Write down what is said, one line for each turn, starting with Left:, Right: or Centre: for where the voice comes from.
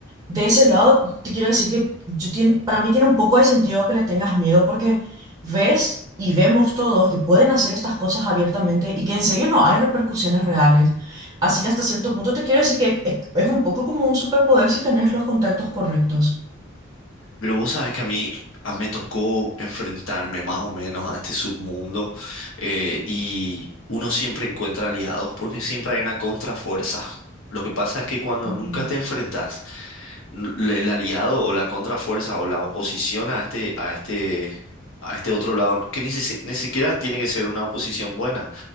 Right: De ese lado, te quiero decir que yo tien- para mí tiene un poco de sentido que le tengas miedo porque ves y vemos todos que pueden hacer estas cosas abiertamente y que en serio no hay repercusiones reales. Así que hasta cierto punto te quiero decir que e- es un poco como un superpoder si tenés los contactos correctos.
Left: Pero vos sabes que a mí a- me tocó enfrentarme más o menos a este submundo eh, y uno siempre encuentra aliados porque siempre hay una contrafuerza. Lo que pasa es que cuando
Right: Ujú.
Left: nunca te enfrentas, n- l- el aliado o la contrafuerza o la oposición a este, a este, a este otro lado, que ni, si- ni siquiera tiene que ser una oposición buena,